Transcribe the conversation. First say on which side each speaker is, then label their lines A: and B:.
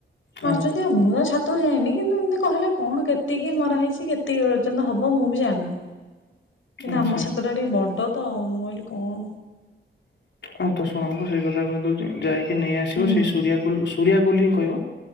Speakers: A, on the left; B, on the left.
A: ହଁ
B: ମାରିଚନ୍ତି ଆଉ। ମୁଁ ତାଙ୍କ ଛାତକୁ ଯାଇନି କିନ୍ତୁ ଏମିତି କହିଲେ କଣ କେତିକି ମରା ହେଇଛି କେତିକି ପର୍ଯ୍ୟନ୍ତ ହବ ହବ ମୁଁ ବି ଜାଣିନି କିନ୍ତୁ
A: ଆଚ୍ଛା।
B: ଆମ ଛାତଟା ଟିକେ ବଡ ତ ମୁଁ କହିଲି କଣ
A: ହଁ ତ ଶୁଣ ମୁୁ ସେଇ କଥା କହିଦଉଚି ଯାଇକି ନେଇ ଆସିବ
B: ହୁଁ
A: ସେଇ ସୂରିଆ କୁଲ୍ ରୁ ସୂରିଆ କୁଲ ଙ୍ଗି ହିଁ କହିବ